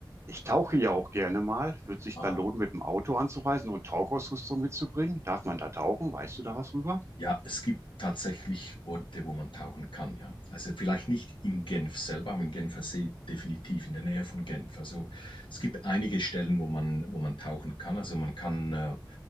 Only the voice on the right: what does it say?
Ich tauche ja auch gerne mal. Wird sich
da lohnen, mit dem Auto anzureisen und Tauchausrüstung mitzubringen? Darf man da tauchen? Weißt du da was rüber?